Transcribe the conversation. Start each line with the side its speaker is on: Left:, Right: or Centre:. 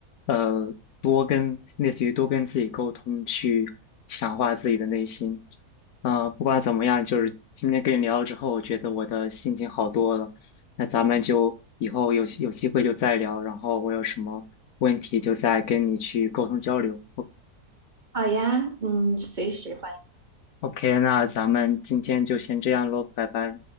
Left: 呃，多跟类似于多跟自己沟通，去强化自己的内心。呃，不管怎么样，就是今天跟你聊了之后，我觉得我的心情好多了。那咱们就以后有有机会就再聊，然后我有什么问题就再跟你去沟通交流。
Right: 好呀，嗯，随时。
Left: OK，OK，那咱们今天就先这样喽，拜拜。